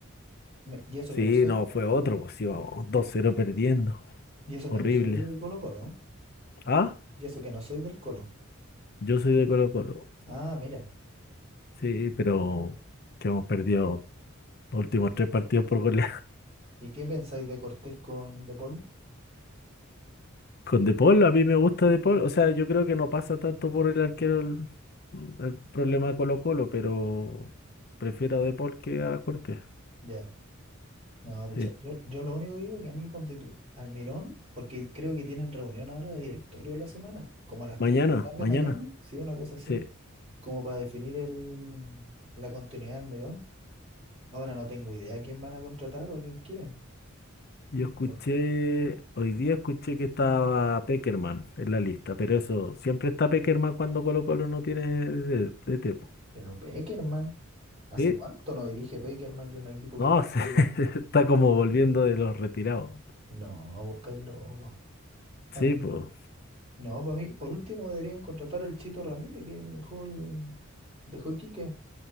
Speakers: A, on the right; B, on the left.
A: Me- y eso
B: Sí,
A: que no soy,
B: no, fue otro, pues íbamos dos cero perdiendo.
A: y eso
B: Horrible.
A: que no soy de Colo Colo,
B: Ah,
A: y eso que no soy del Colo.
B: yo soy de Colo Colo.
A: Ah, mira.
B: Sí, pero que hemos perdido los últimos tres partidos por gol.
A: ¿Y qué pensáis de Cortés con De Paul?
B: Con De Paul, a mí me gusta De Paul. O sea, yo creo que no pasa tanto por el arquero el, el problema de Colo-Colo, pero prefiero a De Paul que a Cortés.
A: Ya. No, pucha,
B: Sí.
A: yo, yo lo único que digo que a mí ponte tú, Almirón, porque creo que tienen reunión ahora de directorio la semana, como a las
B: Mañana,
A: 3 de la tarde
B: mañana.
A: mañana, sí, una cosa así,
B: Sí.
A: como para definir el, la continuidad de Almirón. Ahora no tengo idea a quién van a contratar o a quién quieren.
B: Yo escuché,
A: Pero,
B: hoy día escuché que estaba Peckerman en la lista, pero eso, siempre está Peckerman cuando Colo-Colo no tiene de, de, tipo.
A: pero Pekerman, ¿hace
B: ¿Sí?
A: cuánto no dirige Pekerman y un equipo
B: No,
A: competitivo?
B: <laughs> se- está como volviendo de los retirados.
A: No, vos estás loco.
B: Sí,
A: A mí,
B: pues.
A: no, para mí, por último deberían contratar al Chito Ramírez que dejó el, dejó Iquique.